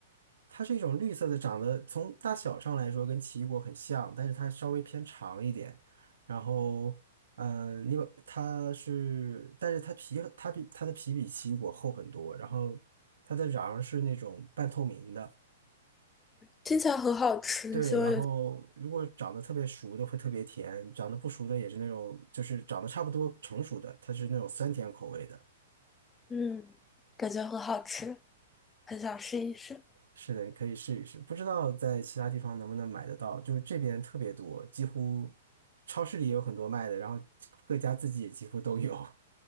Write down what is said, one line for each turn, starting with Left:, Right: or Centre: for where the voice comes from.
Right: 它是一种绿色的，长得从大小上来说跟奇异果很像，但是它稍微偏长一点。然后，嗯，你把它是，但是它皮它比它的皮比奇异果厚很多，然后它的瓤儿是那种半透明的。
Left: 听起来很好吃，
Right: 对，
Left: 希望有，
Right: 然后如果长得特别熟的会特别甜，长得不熟的也是那种，就是长得差不多成熟的，它是那种酸甜口味的。
Left: 嗯，感觉很好吃。很想试一试。
Right: 是的，可以试一试。不知道在其他地方能不能买得到，就是这边特别多，几乎超市里也有很多卖的，然后各家自己也几乎都有